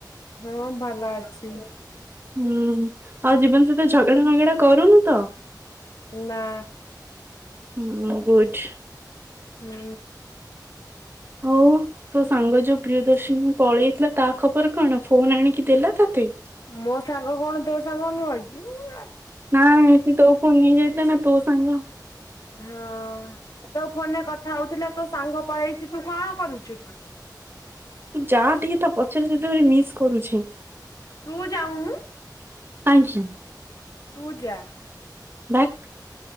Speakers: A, on the left; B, on the right.
A: ମୁଁ ଭଲ ଅଛି।
B: ହୁଁ ଆଉ ଜୀବନ ସହିତ ଝଗଡା ମଗଡା କରୁନୁ ତ?
A: ଉଁନା
B: ହୁଁ ଗୁଡ଼୍।
A: ହୁଁ।
B: ହଉ ତୋ ସାଙ୍ଗ ଯୋଉ ପ୍ରିୟଦର୍ଶିନ ପଳେଇଥିଲା ତା ଖବର କଣ, ଫୋନ ଆଣିକି ଦେଲା ତତେ?
A: ମୋ ସାଙ୍ଗ କଣ ତୋ ସାଙ୍ଗ ନୁହଁ କି ମା?
B: ନାଇ ସେ ତୋ ଫୋନ ନେଇ ଯାଇଥିଲା ନା ତୋ ସାଙ୍ଗ।
A: ହଁ। ତୋ ଫୋନରେ କଥା ହଉଥିଲା ତୋ ସାଙ୍ଗ ପଳେଇଚି ତୁ କଣ କରୁଛୁ କି?
B: ଯାଆ ଟିକେ ତା ପଛରେ ତତେ ଭାରି ମିସ କରୁଛି
A: ତୁ
B: କାହିଁକି?
A: ଯାଉନୁ ତୁ ଯା।
B: ଭାକ୍।